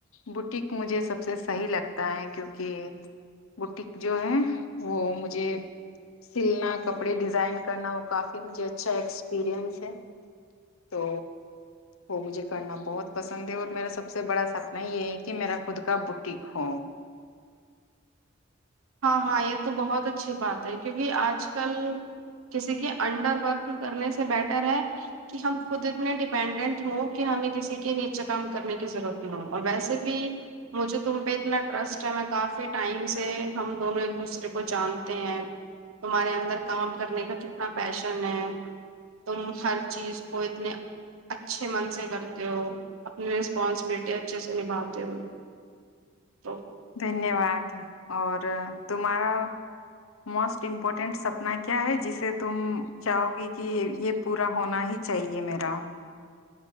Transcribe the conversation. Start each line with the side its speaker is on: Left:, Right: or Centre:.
Left: بوٹیک مجھے سب سے صحیح لگتا ہے کیونکہ بٹیک جو ہے وہ مجھے سلنا کپڑے ڈیزائن کرنا وہ کافی مجھے اچھا ایکسپرینس ہے تو وہ مجھے کرنا بہت پسند ہے اور میرا سب سے بڑا سپنا یہ ہے کہ میرا خود کا بٹیک ہو
Right: ہاں ہاں یہ تو بہت اچ اچھی بات ہے کیونکہ آج کل کسی کے انڈر ورک کرنے سے بیٹر ہے کہ ہم خود اتنے ڈیپینڈنٹ ہوں کہ ہمیں کسی کے نیچے کام کرنے کی ضرورت ہ اور ویسے بھی مجھے تم پہ اتنا ٹرسٹ ہے میں کافی ٹائمس سے <inaudible> ہم دونوں ایک دوسرے کو جانتے ہیں تمہارے اندر کام کرنے کا کتنا پیشن ہے تم ہر چیز کو اتنے اچھے من سے کرتے ہو اپنی رسپانسبلٹی اچھے سے نبھاتے ہو تو
Left: دھنیہ واد اور تمہارا موسٹ امپورٹینٹ سپنا کیا ہے جسے تم چاہو گی کہ یہ پورا ہونا ہی چاہیے میرا